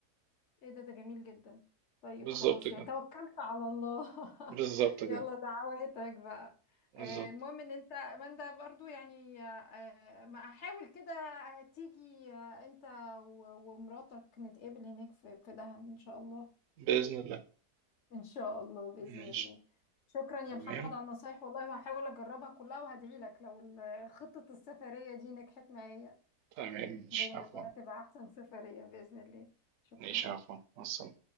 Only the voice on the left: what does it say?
ايه ده ده جميل جدا طيب
خلاص
يعني توكلت على الله <laughs>
يلا دعواتك بقى
آه، المهم ان انت ماندا برضو يعني آه، ما احاول كده تيجي آه، انت و- ومراتك نتقابل هناك في في دهب ان شاء الله
ان شاء الله باذن
الله شكرا يا
محمد على النصايح والله وهحاول اجربها كلها وهدعي لك لو ال- خطة السفرية دي نجحت معايا
بجد
هتبقى احسن سفرية باذن الله شكرا